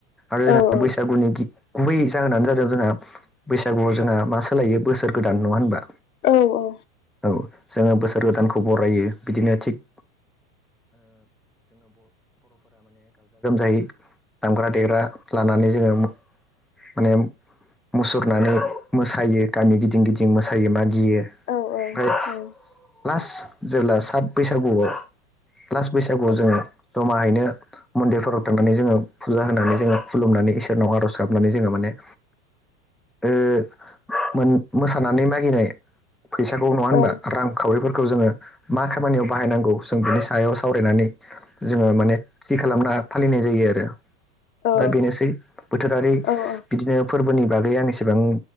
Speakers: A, on the left (about 80°); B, in the centre.
A: औ
B: आरो बैसागु
A: उम
B: गुबै जाहोनानो जादों जोंहा बैसागुआव जोंहा मा सोलायो बोसोर गोदान नङा होनबा
A: औ औ
B: औ जोङो बोसोर गोदानखौ बरायो बिदिनो थिग ओ दामग्रा देग्रा लानानै जोङो। माने मुसुरनानै मोसायो गामि गिदिं गिदिं मोसायो मागियोओमफाय
A: औ औ औ औ
B: लास जेबोला थार्द बैसागुआव ला्लास् बैसागुआव जोङो
A: औ
B: जमाहैनो मन्दिरफोराव थांनानै जोङो फुजा होनानै जोङो खुलुमनानै इसोरनाव आर'ज गाबनानै जोङो माने ओमोन मोसानानै मागिनाय फैसाखौ
A: औ
B: नङा होनबा रांखावरिफोरखौ जोङो मा खामानियाव बाहायनांगौ जों बिनि सायाव सावरायनानै जोङो माने थि खालामना फालिनाय जायो आरो
A: औ
B: दा बेनोसै बोथोरारि
A: औ औ
B: बिदिनो फोरबोनि बागै आं एसेबां